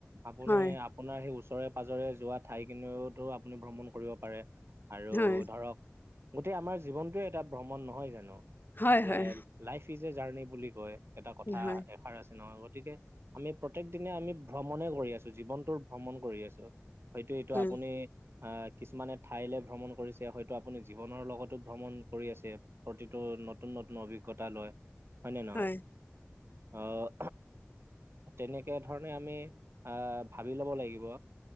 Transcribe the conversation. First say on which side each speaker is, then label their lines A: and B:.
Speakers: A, on the right; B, on the left.
A: আপোনি
B: হয়
A: আ- পোনাৰ সেই ওচৰে পাজৰে যোৱা ঠাইখিনিওতো আপুনি ভ্ৰমণ কৰিব পাৰে। আৰু
B: হয়
A: ধৰক, গোটেই আমাৰ জীৱনটোৱে এটা ভ্ৰমণ নহয় জানো?
B: হয়
A: যে-
B: হয়
A: লাইফ ইজ এ জাৰ্ণি বুলি কয় এটা কথা
B: হয়
A: এষাৰ আছে নহয়, গতিকে- আমি প্ৰত্যেক দিনে আমি ভ্ৰমণে কৰি আছো, জীৱনটোৰ ভ্ৰমণ কৰি আছো। হয়টো এইটো
B: উম
A: আপুনি- আহ কিছুমানে ঠাইলে ভ্ৰমণ কৰিছে, হয়তো আপুনি জীৱনৰ লগতো ভ্ৰমণ কৰি আছে। প্ৰতিটো নতুন নতুন অভিজ্ঞতা লয়, হয়নে নহয়?
B: হয়
A: অঁ'। তেনেকে ধৰণে আমি আহ ভাবি লব লাগিব।